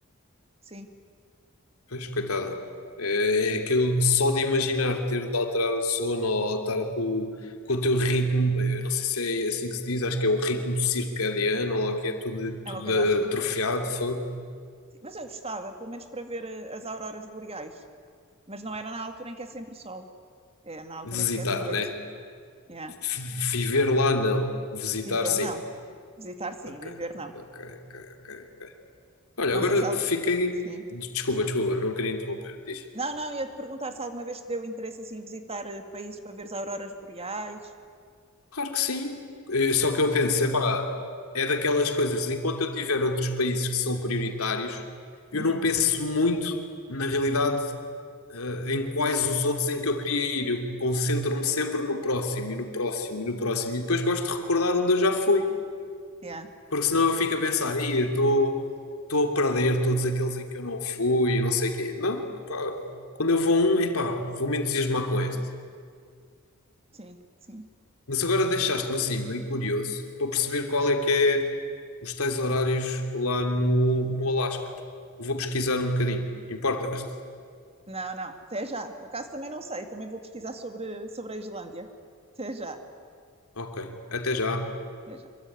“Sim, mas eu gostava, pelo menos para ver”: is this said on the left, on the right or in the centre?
Right